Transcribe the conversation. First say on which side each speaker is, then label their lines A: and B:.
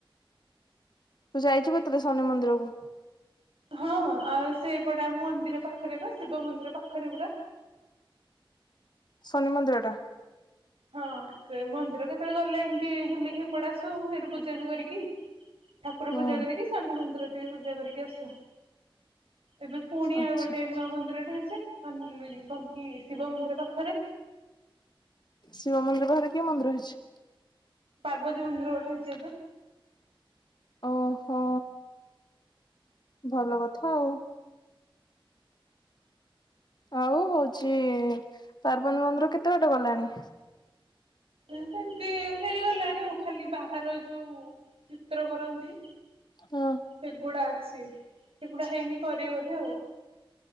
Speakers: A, on the left (about 50°); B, on the right (about 90°).
A: ତୁ ଯାଇଛୁ କେତେବେଳେ ଶନି ମନ୍ଦିରକୁ?
B: ହଁ ଆଉ ସେଇପଟେ ଆମ ମନ୍ଦିର ପାଖରେ ପା ଶିବ ମନ୍ଦିର ପାଖରେ ପୁରା।
A: ଶନି ମନ୍ଦିର ଟା।
B: ହଁ ସେ ମନ୍ଦିର କେତେବେଳେ ଗଲେ ଏମିତି ବୁଲିକି ହେପଡା ଆସୁ ସେଠି ପୂଜା ବି କରିକି। ଠାକୁର
A: ହୁଁ
B: ପୂଜା କରିକି ସାନି ମନ୍ଦିର ଠି ପୂଜା କରିକି ଆସୁ। ଏବେ ପୁଣି
A: ଆଚ୍ଛା
B: ଆଉ ଗୋଟେ ନୂଆ ମନ୍ଦିର ଟେ ହେଇଛି ଶନ ଇ କଣ କି ଶିବ ମନ୍ଦିର ପାଖରେ।
A: ଶିବ ମନ୍ଦିର ପାଖରେ କି ମନ୍ଦିର ହେଇଛି?
B: ପାର୍ବତୀ ମନ୍ଦିର ଗୋଟେ ହେଇଛି ଏବେ।
A: ଓହୋ। ଭଲ କଥା ଆଉ। ଆଉ ହଉଛି ପାର୍ବତୀ ମନ୍ଦିର କେତେ ବାଟେ ଗଲାଣି?
B: ଉଁ ସେମିତି ହେଇଗଲାଣି ଆଉ ଖାଲି ବାହାର ଯୋଉ ଚିତ୍ର କରନ୍ତି।
A: ହଁ।
B: ସେଗୁଡା ଅଛି ସେଗୁଡା ହେଇନି କରିବେ ବୋଧେ ଆଉ।